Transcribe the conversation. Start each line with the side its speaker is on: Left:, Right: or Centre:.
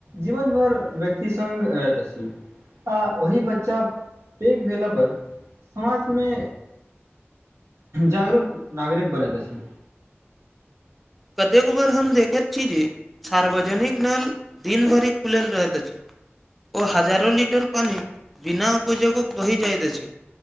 Right: जीवन भर व्यक्ति संग रहैत अछि आ ओहि बच्चा पैघ भेला पर समाज मे जागरूक नागरिक बनैत अछि
Centre: कतेक बेर हम देखैत छी जे सार्वजनिक नल दिन भरि खुलल रहैत अछि ओ हजार लिटर पानि बिना उपयोग बही जाइत अछि